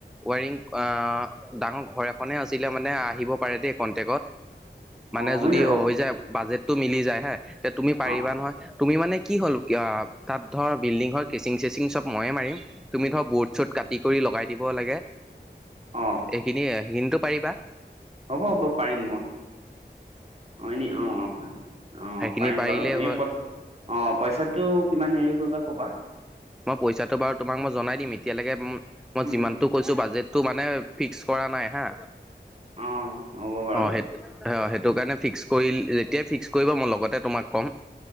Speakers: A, in the centre; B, on the right (about 35°).
A: ৱায়াৰিং-অ' ডাঙৰ ঘৰ এখনেই আছিলে, মানে আহ আহিব পাৰে দেই কনটেক্টত মানে
B: অ'
A: যদি
B: যাব
A: হৈ যায় বাজেটো মিলি যায় হে তে তুমি পাৰিবা
B: অ'
A: নহয় তুমি মানে কি হ'ল তাত ধৰ বিল্ডিং ঘৰ কেচিং চেচিং চব ময়ে মাৰিম তুমি ধৰ বৰ্ড চৰ্ড কাটি কৰি লগাই দিব লাগে
B: অ'
A: এইখিনিয়ে সি খিনিটো পাৰিবা
B: হ'ব হ'ব পাৰিম মই অ এনে অ অ
A: সেইখিনি
B: পাৰিম
A: পাৰিলেই
B: বাৰু এনে
A: হ'ল
B: প অ পইচা টো কিমান হেৰি কৰিবা কবা
A: মই পইচাটো বাৰু তোমাক মই জনাই দিম এতিয়ালৈকে মই
B: উম
A: যিমান টো কৈছো বাজেট তটো মানে ফিক্স কৰা নাই হা
B: অ' হ'ব বাৰু
A: অ সেই অ সেইটো কাৰণে ফিক্স কৰি যেতিয়াই ফিক্স কৰিব মই লগতে তোমাক ক'ম